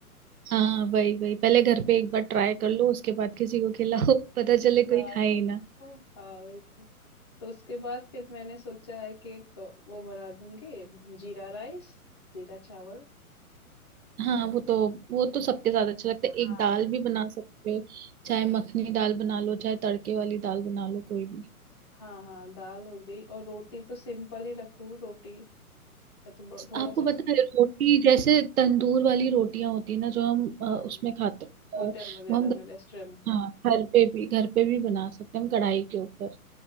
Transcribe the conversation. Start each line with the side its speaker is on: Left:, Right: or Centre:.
Right: हाँ वही वही पहले घर पे एक बार ट्राई कर लो उसके बाद किसी को खिलाओ पता चले
Left: हाँ
Right: कोई खाए
Left: हाँ
Right: ही ना
Left: हाँ हाँ, वही तो तो उसके बाद फिर मैंने सोचा है कि एक वो बना दूंगी जीरा राइस जीरा चावल
Right: हाँ वो तो वो तो सबके साथ अच्छा लगता है
Left: हाँ
Right: एक दाल भी बना सकते हो चाहे मखनी दाल बना लो चाहे तड़के वाली दाल बना लो कोई भी
Left: हाँ हाँ दाल हो गई और रोटी तो सिंपल ही रखूं रोटी या तो ब- थोड़ा
Right: आपको
Left: सा उसमें
Right: पता है रोटी जैसे तंदूर वाली रोटियां होती है ना जो हम अ, उसमें
Left: हाँ हाँ
Right: खाते हैं
Left: होटल
Right: अ,
Left: वगैरह
Right: वो हम
Left: में रेस्टोरेंट में
Right: हाँ घर पे भी घर पे भी बना सकते हैं हम कढ़ाई के ऊपर